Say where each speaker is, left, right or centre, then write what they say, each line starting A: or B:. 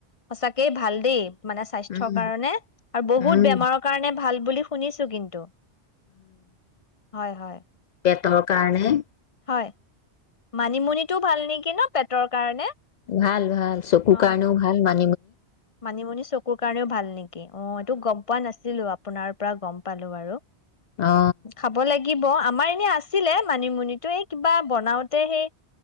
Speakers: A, on the left; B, on the left.
A: সঁচাকেই ভাল দেই,। মানে স্বাস্থ্যৰ
B: উম,
A: কাৰণে আৰু বহুত
B: উম,
A: বেমাৰৰ কাৰণে ভাল। বুলি শুনিছো কিন্তু। হয়, হয়
B: তৰ কাৰণে,।
A: হয়, মানিমুনিটো ভাল নেকি ন পেটৰ কাৰণে?
B: ভাল ভাল চকুৰ
A: অ'।
B: কৰণে ভাল মান
A: মানিমুনি চকুৰ কাৰণেও ভাল নেকি অ এইটো গম পোৱা নাছিলো আপোনাৰ পৰা গম পালো আৰু
B: অ
A: খাব লাগিব অ আমাৰ এনে আছিলে মানিমুনি টো এই কিবা বনাওতে সেই